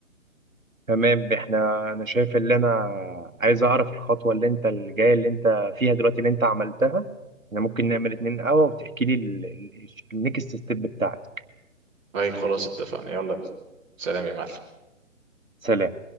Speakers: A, on the right; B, on the right.
A: تمام احنا انا شايف اللي انا عايز اعرف الخطوة اللي انت الجاية اللي انت فيها دلوقتي اللي انت عملتها احنا ممكن نعمل اتنين قهوة وتحكي لي النكست ستيب بتاعتك
B: طيب خلاص اتفقنا يلا بينا سلام يا معلم
A: سلام